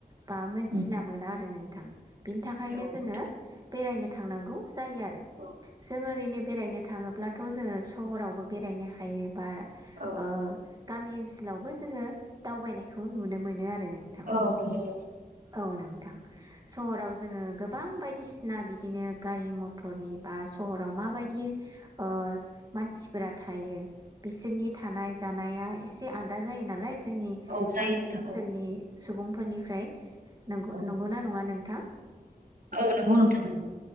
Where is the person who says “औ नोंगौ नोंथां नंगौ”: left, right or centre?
Right